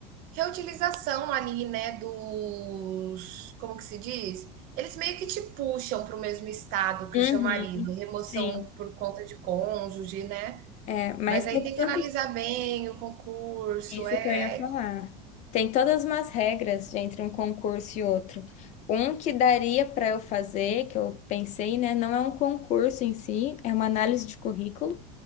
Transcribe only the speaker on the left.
Uhum,
sim.
É, mas
tem
tudo
isso
que eu ia falar. Tem todas umas regras entre um concurso e outro. Um que daria para eu fazer, que eu pensei, né? Não é um concurso em si, é uma análise de currículo,